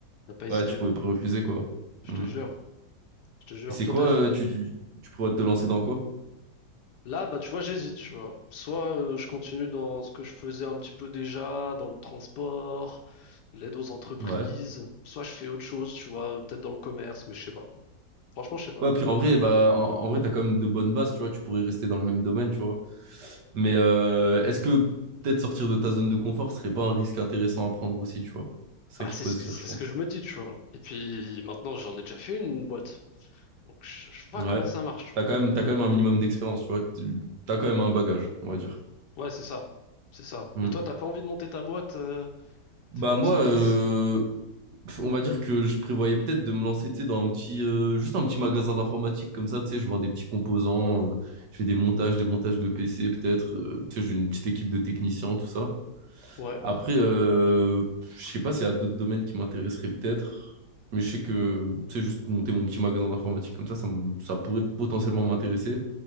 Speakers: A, on the left (about 70°); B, on the right (about 70°).
A: n'a pas hésité.
B: Ouais, tu pouvais pas refuser, quoi.
A: Je
B: Mm.
A: te jure, je te jure.
B: Et c'est
A: Toi,
B: quoi,
A: t'as...
B: euh, tu, tu, tu pourrais te lancer dans quoi?
A: Là, bah, tu vois, j'hésite, tu vois. Soit euh, je continue dans ce que je faisais un petit peu déjà, dans le transport, l'aide aux entreprises.
B: Ouais.
A: Soit je fais autre chose, tu vois, peut-être dans le commerce, mais je sais pas. Franchement, je sais pas.
B: Ouais, puis en vrai, bah, en, en vrai, t'as quand même de bonnes bases, tu vois, tu pourrais rester dans le même domaine, tu vois. Mais euh, est-ce que peut-être sortir de ta zone de confort serait pas un risque intéressant à prendre aussi, tu vois? C'est
A: Bah,
B: ça qu'il
A: c'est
B: faut
A: ce
B: se
A: que,
B: dire,
A: c'est
B: je pense.
A: ce que je me dis, tu vois. Et puis maintenant, j'en ai déjà fait une boîte. Donc, je, je vois
B: Mhm.
A: comment
B: Ouais.
A: ça marche, tu
B: T'as
A: vois.
B: quand même, t'as quand même un minimum d'expérience, tu vois. Tu- T'as quand même un bagage, on va dire.
A: Ouais, c'est ça. C'est ça.
B: Mm.
A: Et toi, t'as pas envie de monter ta boîte, euh,
B: Bah
A: te faire un
B: moi,
A: petit bise?
B: euh, pff, on va dire que je prévoyais peut-être de me lancer, tu sais, dans un petit, euh, juste un petit magasin d'informatique comme ça, tu sais, je vends des petits composants, euh, je fais des montages, des montages de PC peut-être, euh, tu sais, j'ai une petite équipe de techniciens, tout ça.
A: Ouais,
B: Après, euh, je sais pas s'il y a d'autres domaines qui m'intéresseraient peut-être, mais je sais que, tu sais, juste monter mon petit magasin d'informatique comme ça, ça, me- ça pourrait potentiellement m'intéresser.